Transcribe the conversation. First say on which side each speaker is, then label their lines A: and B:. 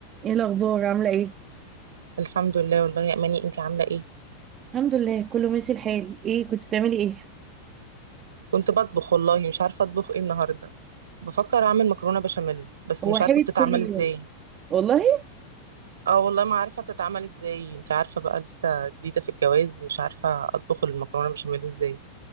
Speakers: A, on the right; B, on the right.
A: ايه الاخبار عامله ايه
B: الحمد لله والله يا اماني انتي عامله ايه
A: الحمد لله كله ماشي الحال ايه كنت بتعملي ايه
B: كنت بطبخ والله مش عارفه اطبخ ايه النهارده بفكر اعمل مكرونه بشاميل بس
A: هو
B: مش
A: حلت
B: عارفه بتتعمل
A: كل يوم
B: ازاي
A: والله
B: اه والله ما عارفه بتتعمل ازاي انتي عارفه بقى لسه جديده في الجواز مش عارفه اطبخ المكرونه بشاميل ازاي